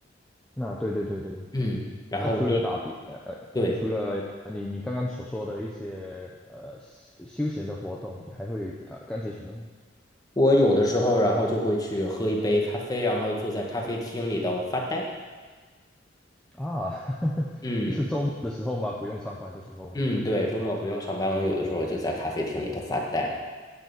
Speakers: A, in the centre; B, on the left (about 20°).
A: 那对对对对对，
B: 嗯，然后我也
A: 那除了打的，呃，
B: 对
A: 除了呃你你刚刚所说的一些呃休休闲的活动，你还会呃干些什么呢？
B: 我有的时候，然后就会去喝一杯咖啡，然后坐在咖啡厅里头发呆。
A: 啊，<laughs>
B: 嗯
A: 就是周末的时候吗？不用上班的时候吗？
B: 嗯，对，周末不用上班，我有的时候就在咖啡厅里头发呆。